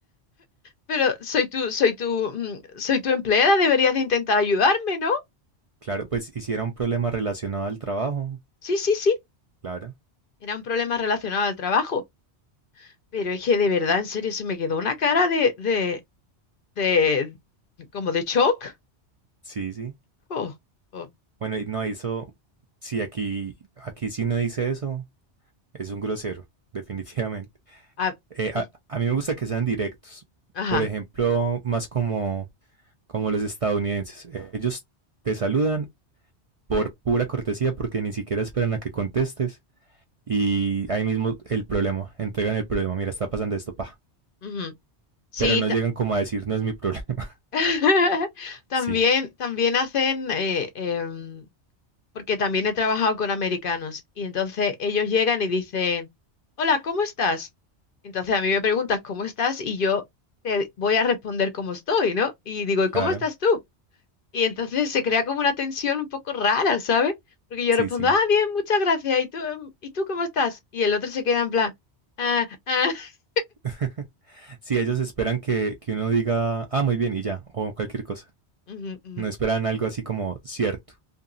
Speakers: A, on the left (about 55°); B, on the right (about 45°).
A: Pero soy tu, soy tu, mm, soy tu empleada, deberías de intentar ayudarme, ¿no?
B: Claro, pues hiciera un problema relacionado al trabajo.
A: Sí, sí, sí.
B: Claro.
A: Era un problema relacionado al trabajo. Pero es que de verdad, en serio, se me quedó una cara de, de, de, como de shock.
B: Sí, sí.
A: Oh, oh.
B: Bueno, y no, eso, sí, aquí, aquí sí no dice eso. es un grosero, <laughs> definitivamente.
A: Ah,
B: Eh,
A: y-
B: a, a, mí me gusta que sean directos.
A: ajá.
B: Por ejemplo, más como, como los estadounidenses. Eh, ellos te saludan por pura cortesía porque ni siquiera esperan a que contestes y ahí mismo el problema, entregan el problema, mira, está pasando esto, pa.
A: ujú. Sí,
B: Pero no
A: ta-
B: llegan como a decir, no es mi problema. <laughs>
A: <laughs> también,
B: Sí,
A: también hacen, eh, em, porque también he trabajado con americanos y entonces ellos llegan y dicen, hola, ¿cómo estás? Entonces a mí me preguntas, ¿cómo estás? Y yo te voy a responder cómo estoy, ¿no? Y digo, ¿y cómo
B: claro.
A: estás tú? Y entonces se crea como una tensión un poco rara, ¿sabes? Porque yo
B: Sí,
A: respondo,
B: sí.
A: ah, bien, muchas gracias. ¿Y tú, em, ¿y tú cómo estás? Y el otro se queda en plan, ah, ah. <laughs>
B: <laughs> sí, ellos esperan que, que, uno diga, ah, muy bien, y ya, o cualquier cosa.
A: Ujú, ujú,
B: No esperan algo así como cierto,